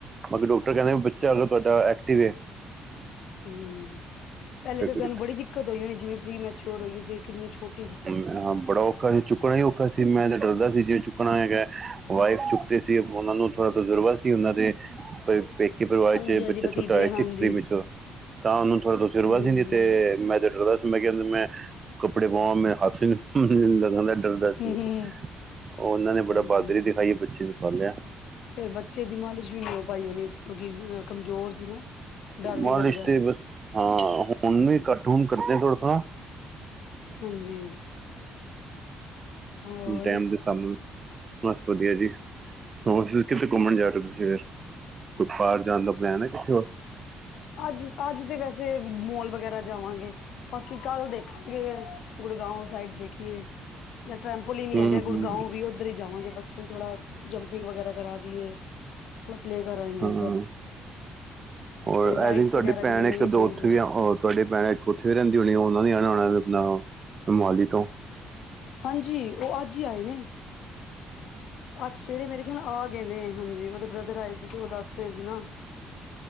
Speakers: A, on the right; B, on the left.
A: ਕੱਲ ਡਾਕਟਰ ਕਹਿੰਦੇ, ਵੀ ਬੱਚਾ ਅਗਰ ਤੁਹਾਡਾ ਐਕਟਿਵ ਐ
B: ਹੂੰ, ਪਹਿਲੇ
A: ਫਿਰ
B: ਤੇ
A: ਕੋਈ
B: ਤੁਹਾਨੂੰ ਬੜੀ ਦਿੱਕਤ ਹੋਈ ਹੋਣੀ, ਜਿਵੇਂ ਪ੍ਰੀ ਮ <inaudible>
A: ਹੂੰ ਅ ਬੜਾ ਔਖਾ ਸੀ ਚੁੱਕਣਾ ਹੀ ਔਖਾ ਸੀ, ਮੈਂ ਤਾਂ ਡਰਦਾ ਸੀ, ਜੇ ਚੁੱਕਣਾ ਹੈਗਾ ਵਾਈਫ ਚੁੱਕਦੇ ਸੀ। ਤੇ ਉਹਨਾਂ ਨੂੰ ਥੋੜ੍ਹਾ ਤਜਰਬਾ ਸੀ, ਉਹਨਾਂ ਦੇ
B: <inaudible>
A: ਕੋਈ ਪੇਕੇ ਪਰਿਵਾਰ
B: ਹਾਂਜੀ
A: ਚ
B: ਹਾਂਜੀ
A: ਬੱਚਾ
B: ਭਤੀਜੇ
A: ਛੋਟਾ ਹੋਇਆ
B: ਹਾਂਜੀ
A: ਸੀ, ਪ੍ਰੀ ਮਿਚੌਰ। ਤਾਂ ਉਹਨੂੰ ਥੋੜ੍ਹਾ ਤਜੁਰਬਾ
B: ਜੀ
A: ਸੀ, ਨਈ
B: ਜੀ
A: ਤੇ ਮੈਂ ਤਾਂ ਡਰਦਾ ਸੀ। ਮੈਂ ਕਹਿੰਦੇ ਮੈਂ ਕੱਪੜੇ ਪਾਵਾਂ, ਮੈਂ ਹੱਥ ਹ-ਹ-ਹ ਲੱਗਦਾ। ਡਰਦਾ ਸੀ,
B: ਹਮ ਹਮ
A: ਉਹਨਾਂ ਨੇ ਬੜਾ
B: ਹਮ
A: ਬਹਾਦਰੀ ਦਿਖਾਈ, ਬੱਚੇ ਨੂੰ ਪਾਲਿਆ।
B: ਫੇਰ ਬੱਚੇ ਦੀ ਮਾਲਿਸ਼ ਵੀ ਨੀ ਹੋ ਪਾਈ ਹੋਣੀ, ਕਿਉਂਕਿ ਕਮਜ਼ੋਰ ਸੀ ਨਾ, ਡਰ ਵੀ
A: ਮਾਲਿਸ਼
B: ਲੱਗਦਾ।
A: ਤੇ ਬਸ ਹਾਂ ਹੁਣ ਵੀ ਘੱਟ, ਹੁਣ ਕਰਦੇ ਥੋੜ੍ਹਾ-ਥੋੜ੍ਹਾ।
B: ਹਾਂਜੀ। ਹੋਰ
A: ਹੁਣ ਟੈਮ ਦੇ ਹਿਸਾਬ ਨਾਲ, ਬਸ ਵਧੀਆ ਜੀ। ਹੋਣ ਤੁਸੀ ਕਿਤੇ ਘੁੰਮਣ ਜਾ ਰਹੇ ਹੋ ਤੁਸੀਂ ਫੇਰ, ਕੋਈ ਬਾਹਰ ਜਾਣ ਦਾ ਪਲੈਨ ਹੈ ਕਿੱਥੇ ਹੋਰ।
B: ਅੱਜ-ਅੱਜ ਤੇ ਵੈਸੇ ਮੋਲ ਵਗੈਰਾ ਜਾਵਾਂਗੇ। ਬਾਕੀ ਕੱਲ ਦੇਖਾਂਗੇ, ਗੁੜਗਾਉਂ ਸਾਈਡ ਦੇਖੀਏ। ਜਾਂ ਟੈਂਪਲ ਈ ਨੀ
A: ਹੂੰ
B: ਹੈਗਾ, ਗੁੜਗਾਉ
A: ਹੂੰ
B: ਵੀ ਉੱਧਰ ਹੀ ਜਾਵਾਂਗੇ, ਬੱਚੇ ਨੂੰ ਥੋੜ੍ਹਾ ਜੰਪਿੰਗ ਵਗੈਰਾ ਕਰਾ ਦੀਏ, ਥੋੜ੍ਹਾ ਪਲੇਅ ਕਰ ਆਈਏ।
A: ਹੂੰ, ਔਰ
B: ਰਾਈਡਸ
A: ਇਹ ਜੇੜੀ ਤਾਡੀ
B: ਵਗੈਰਾ
A: ਭੈਣ
B: ਵੀ ਲੈ ਲੈਂਗੇ
A: ਐ ਇਕ ਦੋ
B: ਗੇਮਸ
A: ਓਥੋਂ
B: ਵਗੈਰਾ
A: ਈ ਐ, ਹੋਰ ਤਾਡੀ ਭੈਣ ਉੱਥੇ ਵੀ ਰਹਿੰਦੀ ਹੋਣੀ, ਉਹਨਾਂ ਨੇ ਆਣਾ ਹੋਣਾ ਵੀ, ਆਪਣਾ ਮੋਹਾਲੀ ਤੋਂ।
B: ਹਾਂਜੀ, ਉਹ ਅੱਜ ਹੀ ਆਏ ਨੇ। ਅੱਜ ਸਵੇਰੇ ਮੇਰੇ ਖਿਆਲ ਆ ਗਏ ਨੇ, ਹਾਂਜੀ ਮਤਲਬ ਬ੍ਰਦਰ ਆਏ ਸੀ, ਤੇ ਉਹ ਦੱਸ ਰਹੇ ਸੀ ਨਾ।